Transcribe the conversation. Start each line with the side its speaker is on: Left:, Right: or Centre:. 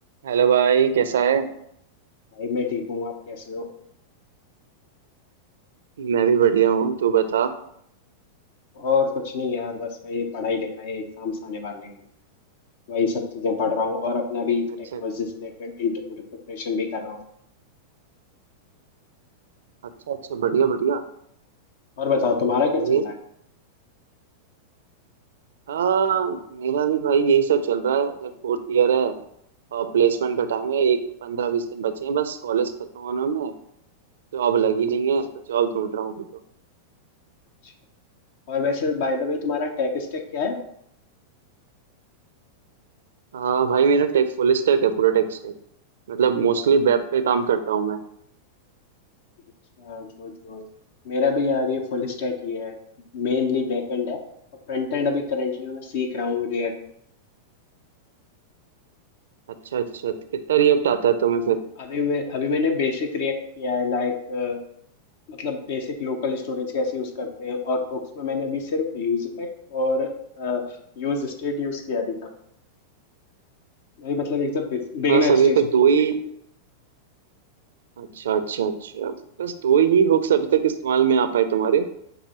Right: Hello भाई कैसा है
Left: भाई मैं ठीक हूँ आप कैसे हो
Right: मैं भी बढ़िया हूँ तू बता
Left: और कुछ नहीं यार बस वही पढ़ाई लिखाई एग्जाम्स आने वाले हैं वही सब चीजें पढ़ रहा हूँ और अपना भी
Right: अच्छा
Left: टेक्नोलॉजी से रिलेटेड इंटरव्यू प्रिपरेशन भी कर रहा हूँ
Right: अच्छा अच्छा बढ़िया बढ़िया
Left: और बताओ तुम्हारा क्या
Right: सही
Left: चल
Right: है
Left: रहा है
Right: आ, मेरा भी भाई यही सब चल रहा है जब फोर्थ ईयर है और प्लेसमेंट का टाइम है एक पंद्रह बीस दिन बचे हैं बस कॉलेज खत्म होने में जॉब लगी नहीं है तो जॉब ढूंढ रहा हूँ अभी तो
Left: अच्छा और वैसे बाय द वे तुम्हारा टेक स्टैक क्या है
Right: हाँ भाई मेरा टेक फुल स्टैक है पूरा टेक स्टैक मतलब मोस्टली वेब पे काम करता हूँ मैं
Left: अच्छा गुड गुड मेरा भी यार ये फुल स्टैक ही है मेनली बैकएंड है और फ्रंट एंड अभी करेंटली मैं सीख रहा हूँ रिएक्ट
Right: अच्छा अच्छा तो कितना रिएक्ट आता है तुम्हें फिर
Left: अभी मैं अभी मैंने बेसिक रिएक्ट किया है लाइक मतलब बेसिक लोकल स्टोरेज कैसे यूज करते हैं और हुक्स में मैंने अभी सिर्फ यूज इफेक्ट और यूज स्टेट यूज किया अभी तक भाई मतलब एकदम बिगिनर
Right: बस अभी
Left: स्टेज
Right: तक
Left: पे
Right: दो ही अच्छा अच्छा अच्छा बस दो ही हुक्स अभी तक इस्तेमाल में आ पाए तुम्हारे